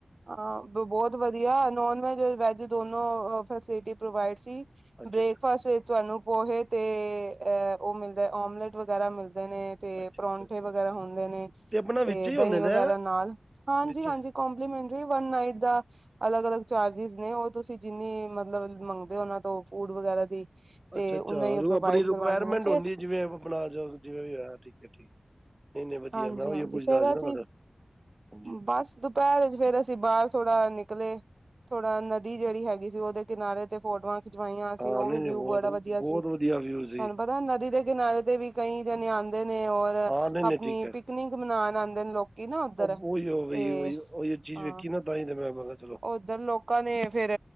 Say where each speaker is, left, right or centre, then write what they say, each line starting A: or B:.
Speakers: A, on the right (about 60°); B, on the right (about 30°).
A: ਹਾਂ। ਬਹੁਤ ਵਧੀਆ, ਨੋਨ ਵੈਜ ਵੈਜ ਦੋਨੋ ਫੈਸਿਲਿਟੀ ਪ੍ਰੋਵਾਈਡ ਸੀ।
B: ਅੱਛਾ
A: ਬ੍ਰੇਕਫਾਸਟ
B: ਅੱਛਾ
A: ਵਿੱਚ ਤੁਹਾਨੂੰ ਪੋਹੇ ਤੇ, ਅ ਉਹ ਮਿਲਦਾ ਓਮਲੇਟ ਵਗੈਰਾ ਮਿਲਦੇ ਨੇ। ਤੇ
B: ਅੱਛਾ
A: ਪਰੌਂਠੇ
B: ਅੱਛਾ ਅੱਛਾ
A: ਵਗੈਰਾ ਹੁੰਦੇ ਨੇ
B: ਆਪਣਾ
A: ਤੇ
B: ਵਿੱਚ ਹੀ ਹੁੰਦੇ
A: ਦਹੀਂ
B: ਨੇ
A: ਵਗੈਰਾ ਨਾਲ, ਹਾਂਜੀ
B: ਵਿੱਚ
A: ਹਾਂਜੀ। ਕਪਲੀਮੈਂਟਰੀ ਵਨ ਨਾਈਟ ਦਾ ਅਲੱਗ -ਅਲੱਗ ਚਾਰਜਿਸ ਨੇ, ਉਹ ਤੁਸੀਂ ਜਿੰਨੀ ਮਤਲਬ ਮੰਗਦੇ ਹੋ, ਉਹਨਾਂ ਤੋਂ ਫੂਡ ਵਗੈਰਾ ਦੀ ਤੇ
B: ਅੱਛਾ
A: ਉਹਨਾਂ
B: ਅੱਛਾ।
A: ਹੀ ਉਹ ਪ੍ਰੋਵਾਈਡ
B: ਆਪਣੀ ਰਿਕੁਆਇਰਮੈਂਟ
A: ਕਰਵਾਉਂਦੇ ਨੇ ਫੇਰ
B: ਹੁੰਦੀ ਜਿਵੇਂ- ਆਪਣਾ ਜਿਵੇਂ ਵੀ ਹੋਇਆ ਠੀਕ ਹੈ ਠੀਕ। ਨਹੀਂ -ਨਹੀਂ
A: ਹਾਂਜੀ-ਹਾਂਜੀ-ਹਾਂਜੀ
B: ਵਧੀਆ। ਮੈਂ ਉਹੀ ਪੁੱਛਦਾ
A: ਫੇਰ
B: ਸੀ ਨਾ
A: ਅਸੀਂ
B: ਤੁਹਾਡਾ, ਹਾਂਜੀ।
A: ਬਸ ਦੁਪਹਿਰ ਚ ਫੇਰ ਅਸੀਂ ਬਾਹਰ ਥੋੜਾ ਨਿਕਲੇ ਥੋੜਾ ਨਦੀ ਜਿਹੜੀ ਹੈਗੀ ਸੀਉਹਦੇ ਕਿਨਾਰੇ ਤੇ ਫੋਟੋਆਂ ਖਿਚਵਾਈਆਂ ਸੀ,
B: ਹਾਂ
A: ਉਹ
B: ਨਹੀਂ
A: ਵੀ ਵਿਊ
B: ਨਹੀਂ ਬਹੁਤ
A: ਬੜਾ ਵਧੀਆ
B: ਬਹੁਤ
A: ਸੀ।
B: ਵਧੀਆ ਵਿਊ ਸੀ
A: ਤੁਹਾਨੂੰ ਪਤਾ ਨਦੀ ਦੇ ਕਿਨਾਰੇ ਤੇ ਵੀ ਕਈ ਜਣੇ ਆਉਂਦੇ ਨੇ, ਔਰ
B: ਹਾਂ ਨਹੀਂ
A: ਆਪਣੀ
B: ਨਹੀਂ ਠੀਕ ਹੈ
A: ਪਿਕਨਿਕ ਮਨਾਉਣ ਆਉਂਦੇ ਨੇ ਲੋਕ ਕੇ ਨਾ ਉੱਧਰ,
B: ਅਬ ਉਹੀ ਉਹੀ
A: ਤੇ
B: ਉਹੀ ਉਹੀ ਚੀਜ਼
A: ਹਾਂ।
B: ਵੇਖੀ ਨਾ ਤਾਂ ਹੀ ਤੇ ਮੈਂ ਮੈਂ ਕਿਹਾ ਚਲੋ
A: ਉਧਰ ਲੋਕਾਂ ਨੇ ਫੇਰ,